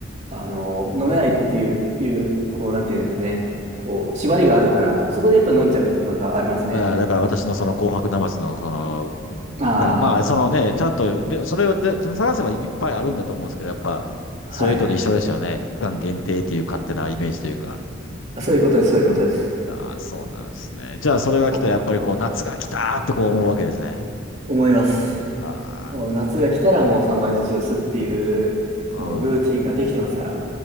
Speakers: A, on the right; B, on the left.
A: あの、飲めないっていう、いう、こう、なんていうんですかね。こう、縛りがあるから、そこでやっぱ飲んじゃうってことはありますね。
B: うん。まあ、だから私のその紅白ナマスの、その、
A: あ
B: がまあ、そのね、ちゃんと、でそれをで探せばいっぱいあるんだと思うんですけど、やっぱ、
A: あ、
B: そういうのと一緒ですよね。
A: はい。
B: 期間限定っていう勝手なイメージというか。
A: そういうことです、そういうことです。
B: ああ、そうなんですね。じゃあ、それが来たら、
A: こ、
B: やっぱりこう、夏が来たーってこう思うわけですね。
A: 思います。
B: あ
A: もう夏が来たらもうサンバイズジュースっていう、
B: あ、
A: もうルーティンができてますから。
B: うん。